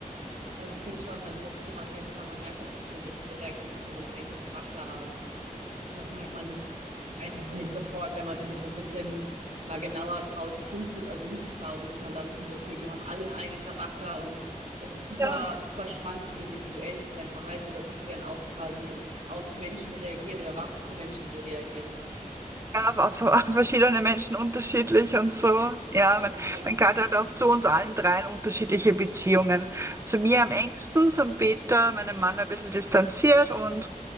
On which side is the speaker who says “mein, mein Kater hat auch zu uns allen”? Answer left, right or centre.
Right